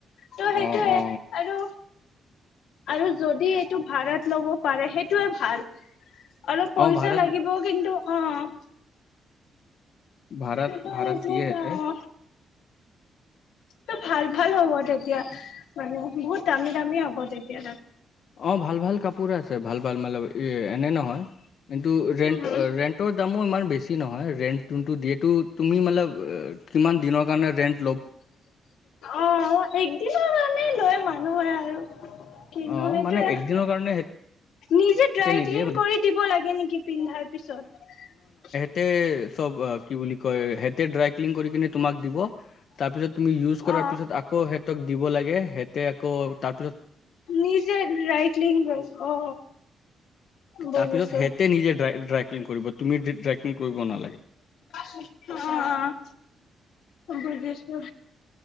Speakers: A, on the left; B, on the left.
A: সেইটোৱে
B: অ অ
A: আৰু আৰু যদি এইটো ভাড়াত ল'ব পাৰে সেইটোৱে ভাল। অলপ পইচা
B: অ ভাড়াত
A: লাগিবও কিন্তু অ'-
B: ভাড়াত
A: কিন্তু
B: ভাড়াত
A: এতিয়া
B: দিয়ে সিহঁতে
A: নহ টো ভাল- ভাল হ'ব তেতিয়া মানে বহুত দামী-দামী হ'ব তেতিয়া, তা
B: অ', ভাল-ভাল কাপোৰ আছে, ভাল-ভাল মানে এনে নহয় কিন্তু ৰেন্ট
A: উম
B: ৰেন্টৰ দামো ইমান বেছি নহয় ৰেণ্ট কিন্তু, যিহেতু তুমি মানে কিমান দিনৰ কাৰণে ৰেণ্ট
A: অ', একদিনৰ কাৰণেই লয় মানুহে আৰু। <unintelligible>
B: অ মানে একদিনৰ কাৰণে
A: নিজে
B: সিহঁতে
A: ড্ৰাই-ক্লিন
B: নিদিয়ে মানে
A: কৰি দিব লাগে নেকি পিন্ধাৰ পিছত?
B: তে সব কি বুলি কয়, সিহঁতে ড্ৰাই-ক্লিন কৰি কিনে তোমাক দিব, তাৰপিছত তুমি ইউজ কৰাৰ
A: অ
B: পিছত আকৌ সিহঁতক দিব লাগে, সিহঁতে আকৌ তাৰ
A: নিজে ড্ৰাই-ক্লিন কৰিব। অ বুজিছো।
B: তাৰপিছত সিহঁতে নিজে ড্ৰাই, ড্ৰাই-ক্লিন কৰিব, তুমি ড্ৰাই-ক্লিন কৰিব নালাগে।
A: অ'- অ', বুজিছো।